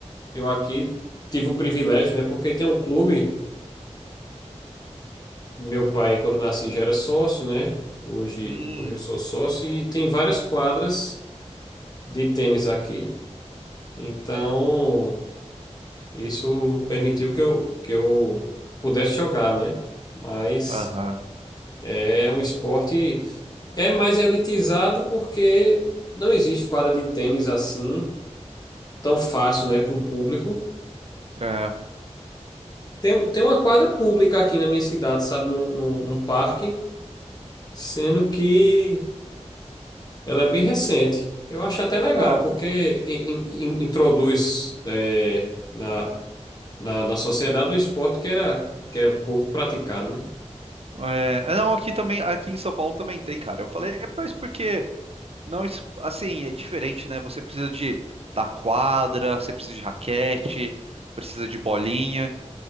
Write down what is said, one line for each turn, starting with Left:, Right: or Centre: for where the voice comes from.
Left: eu aqui tive o privilégio, né? Porque tem um clube. Meu pai, quando eu nasci, já era sócio, né? Hoje,
Right: Hum,
Left: hoje eu sou sócio e tem várias quadras de tênis aqui. Então, isso permitiu que eu, que eu pudesse jogar, né? Mas
Right: Aham.
Left: é um esporte. É mais elitizado porque não existe quadra de tênis assim tão fácil, né, para o público.
Right: É.
Left: Tem, tem uma quadra pública aqui na minha cidade, sabe, num, num, num parque, sendo que ela é bem recente. Eu acho até legal,
Right: Cara,
Left: porque in- in- in- introduz é, na, na, na sociedade um esporte que era, que era pouco praticado, né?
Right: É, é, não, aqui também, aqui em São Paulo também tem, cara. Eu falei, "É, mas porque não, es- assim, é diferente, né? Você precisa de da quadra, você precisa de raquete, precisa de bolinha.